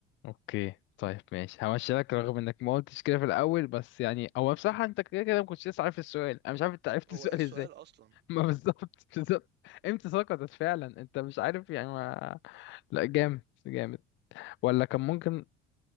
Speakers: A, on the left (about 65°); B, on the right (about 55°).
A: اوكي طيب ماشي همشي لك رغم انك ما قلتش كده في الاول بس يعني هو بصراحة انت كده كده ما كنتش لسه عارف السؤال انا مش عارف انت عرفت
B: <laughs> هو
A: السؤال
B: إيه السؤال
A: ازاي
B: أصلا؟
A: <laughs> ما بالظبط بالظبط امتى سقطت فعلا انت مش عارف يعني ما لا جامد جامد ولا كان ممكن